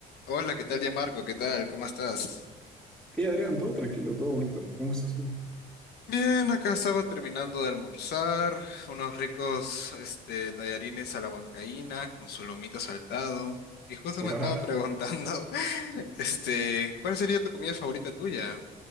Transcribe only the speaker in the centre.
Hey Adrián, todo tranquilo, todo bonito. ¿Cómo estás tú?
Guau,